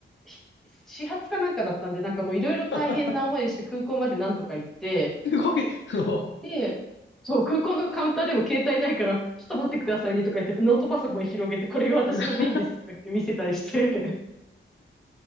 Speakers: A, in the centre; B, on the left.
A: し始発かなんかだったんで、なんかもういろいろ大変な思いして空港までなんとか行って、
B: <laughs> すごい。そ
A: で、そう、空港のカウンターでも携帯ないから、ちょっと待ってくださいねとか言って、ノートパソコン広げて、
B: う。うん
A: これが私の便ですとか言って見せたりして。
B: <laughs>